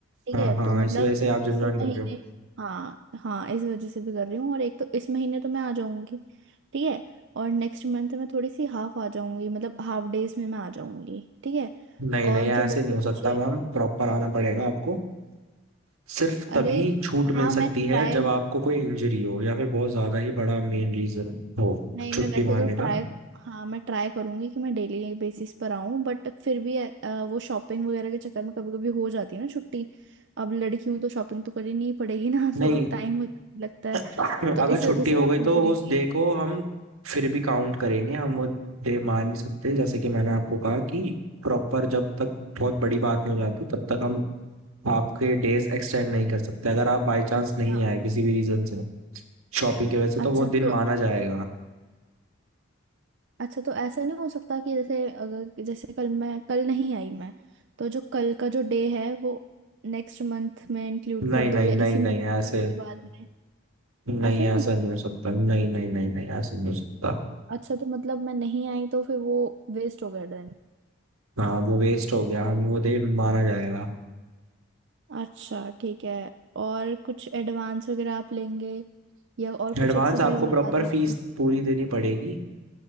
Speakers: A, on the right; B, on the right.
A: ठीक
B: हाँ
A: है
B: हाँ
A: तो मतलब
B: इसी वजह से आप जिम
A: इस
B: ज्वाइन
A: महीने
B: कर रहे हो
A: हाँ हाँ इस वजह से भी कर रही हूँ और एक तो इस महीने तो मैं आ जाऊंगी ठीक है और नेक्स्ट मंथ मैं थोड़ी सी हाफ आ जाऊंगी मतलब हाफ डेज में मैं आ जाऊंगी ठीक है
B: नहीं
A: और
B: नहीं ऐसे
A: जो बचे
B: नहीं हो सकता
A: कुछ
B: मैम प्रॉपर आना पड़ेगा आपको सिर्फ तभी
A: अरे
B: छूट
A: हाँ
B: मिल
A: मैं
B: सकती
A: ट्राई
B: है जब आपको कोई इंजरी हो या फिर बहुत ज्यादा ही बड़ा मेन रीजन हो
A: नहीं
B: छुट्टी
A: मैं वैसे
B: मारने
A: तो
B: का
A: ट्राई हाँ मैं ट्राई करूंगी कि मैं डेली बेसिस पर आऊं बट फिर भी अ, अ, वो शॉपिंग वगैरह के चक्कर में कभी कभी हो जाती है ना छुट्टी अब लड़की हूं तो शॉपिंग तो करनी ही पड़ेगी ना <laughs>
B: नहीं
A: तो टाइम वगैरह लगता है
B: अगर
A: तो इस
B: छुट्टी
A: वजह से
B: हो
A: मैं
B: गई
A: पूछ
B: तो
A: रही
B: उस
A: थी
B: डे को हम फिर भी काउंट करेंगे हम वो डे मान सकते हैं जैसे कि मैंने आपको कहा कि प्रॉपर जब तक बहुत बड़ी बात नहीं हो जाती तब तक हम आपके डेज एक्सटेंड नहीं कर सकते अगर आप बाय चांस
A: अच्छा
B: नहीं आए किसी भी रीजन से शॉपिंग की वजह से तो
A: अच्छा
B: वो दिन
A: तो
B: माना जाएगा
A: अच्छा तो ऐसा नहीं हो सकता कि जैसे अगर जैसे कल मैं कल नहीं आई मैं तो जो कल का जो डे है वो नेक्स्ट मंथ में इंक्लूड
B: नहीं
A: कर दो
B: नहीं
A: या
B: नहीं
A: इसी मंथ
B: नहीं ऐसे
A: के बाद में
B: नहीं
A: ऐसा नहीं
B: ऐसा
A: हो
B: नहीं हो सकता नहीं नहीं नहीं नहीं ऐसा नहीं हो सकता
A: अच्छा तो मतलब मैं नहीं आई तो फिर वो वेस्ट हो गया देन
B: हाँ वो वेस्ट हो गया हम वो दे माना जाएगा
A: अच्छा ठीक है और कुछ एडवांस वगैरह आप लेंगे या और
B: एडवांस
A: कुछ एक्सरसाइज
B: आपको प्रॉपर
A: बता दीजिए
B: फीस पूरी देनी पड़ेगी